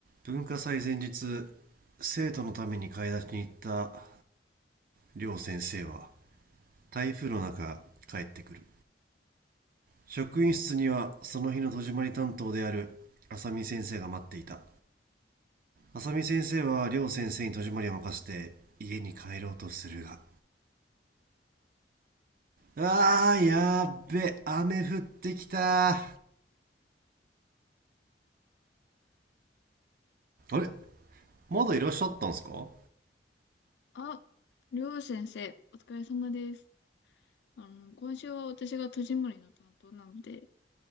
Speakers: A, on the right; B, on the left.
A: 文化祭前日生徒のために買い出しに行った両先生は台風の中帰ってくる職員室にはその日の戸締まり担当である浅見先生が待っていた浅見先生は両先生に戸締まりを任せて家に帰ろうとするがあーやっべ雨降ってきたあれまだいらっしゃったんすか
B: あ、りょう先生、お疲れ様です。あの、今週は私が戸締まりの担当なので、